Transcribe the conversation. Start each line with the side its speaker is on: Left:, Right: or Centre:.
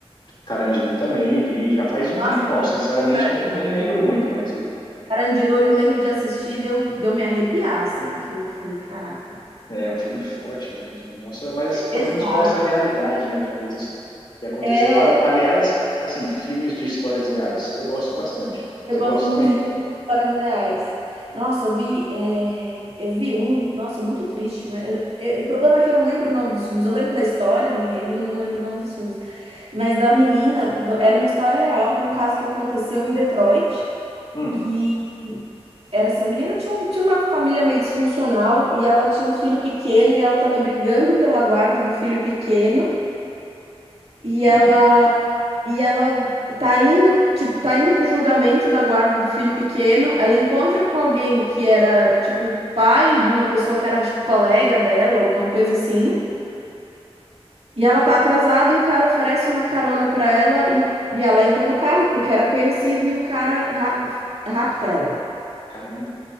Left: Carandiru também vi, já faz um
Right: Nossa,
Left: tempão. Sinceramente,
Right: cara,
Left: não, nem lembro
Right: hum,
Left: muito, mas vi.
Right: Carandiru, eu me lembro de assistir, deu, deu me arrepiar, assim, que eu falei, caraca,
Left: É um filme forte, né? Que mostra, mas
Right: é
Left: assim,
Right: pesado.
Left: pelo menos mostra a realidade, né? De coisas que aconteceram.
Right: É,
Left: Ali- Aliás, assim, filmes de histórias reais. Eu gosto bastante. Você
Right: eu gosto
Left: gosta
Right: muito
Left: também?
Right: de histórias reais. Nossa, eu vi, é, eu vi um, nossa, muito triste, né? Eu- eu- o problema é que eu não lembro o nome dos filmes. Eu lembro da história, do enredo, eu não lembro o nome dos filmes. Mas da menina, do- era uma história real de um caso que aconteceu em Detroit,
Left: Hum,
Right: que Era assim, a menina tinha, um- tinha uma família meio disfuncional e ela tinha um filho pequeno e ela estava brigando pela guarda do filho pequeno e ela
Left: hum.
Right: e ela tá indo, tipo, tá indo pro julgamento da guarda do filho pequeno. Ela encontra com alguém que era, tipo, pai de uma pessoa que era, tipo, colega dela, alguma coisa assim. E ela tá atrasada e o cara oferece uma carona pra ela e, o- e ela entra no carro porque era conhecido e o cara ra- rapta ela.
Left: Caramba.